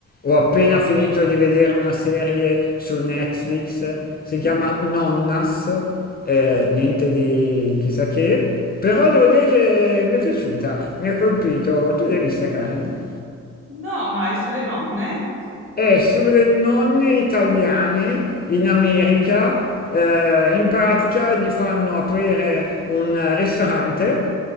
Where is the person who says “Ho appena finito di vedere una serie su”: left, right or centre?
Left